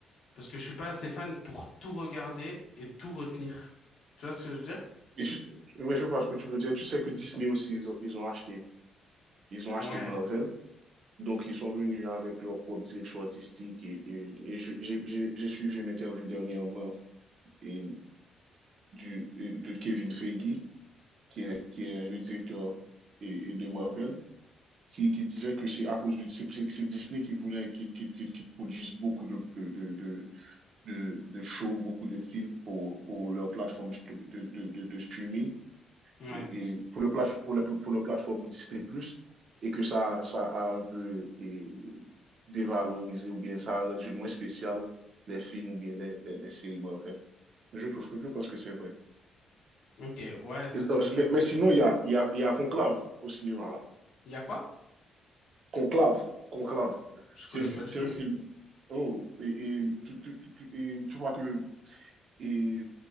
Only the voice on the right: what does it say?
Et tu- ouais, je vois ce que tu veux dire. Tu sais que Disney aussi, ils ont, ils ont acheté, ils ont acheté
Marvel. Donc, ils sont venus avec leur propre direction artistique. Et, et- et je- j'ai j'ai- j'ai suivi une interview dernièrement et du, de Kevin Feige, qui est, qui est le directeur et, et de Marvel, qui, qui disait que c'est à cause de c'est c'est Disney qui voulait qui, qui, qui, qui produise beaucoup de, de, de, de, de, shows, beaucoup de films pour, pour leur plateforme de, de, de, de streaming
et, et pour, le plate, pour, la, pour leur plateforme Disney Plus et que ça, ça a un peu et, dévalorisé ou bien ça a rendu moins spécial les films ou bien les, les, les séries Marvel. Je trouve que je pense que c'est vrai.
Mais,
mais sinon, il y a, il y, a, il y a Conclave au cinéma, là.
Conclave, Conclave.
C'est
un, c'est
un film. Oh, et, et tu, tu- tu- tu- et tu vois que et,